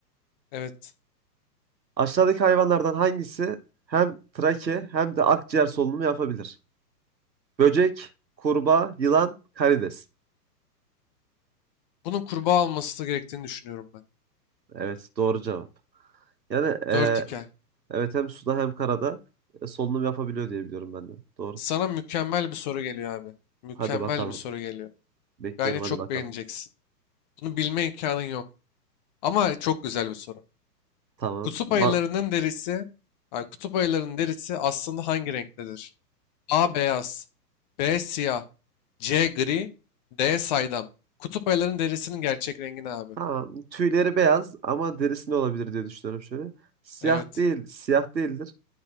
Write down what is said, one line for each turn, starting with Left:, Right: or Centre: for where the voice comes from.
Left: Evet.
Right: Aşağıdaki hayvanlardan hangisi hem trake hem de akciğer solunumu yapabilir? Böcek, kurbağa, yılan, karides.
Left: Bunun kurbağa olması gerektiğini düşünüyorum ben.
Right: Evet, doğru cevap. Yani e,
Left: 4 hikaye.
Right: evet hem suda hem karada e, solunum yapabiliyor diye biliyorum ben de. Doğru.
Left: Sana mükemmel bir soru geliyor abi. Mükemmel
Right: Hadi bakalım.
Left: bir soru geliyor.
Right: Bekliyorum
Left: Bence çok
Right: hadi bakalım.
Left: beğeneceksin. Bunu bilme imkanın yok. Ama çok güzel bir soru.
Right: Tamam.
Left: Kutup
Right: Ma-
Left: ayılarının derisi, ay, kutup ayılarının derisi aslında hangi renktedir? A beyaz, B siyah, C gri, D saydam. Kutup ayılarının derisinin gerçek rengi ne abi?
Right: tamam. Tüyleri beyaz ama derisi ne olabilir diye düşünüyorum şöyle. Siyah
Left: Evet.
Right: değil, siyah değildir.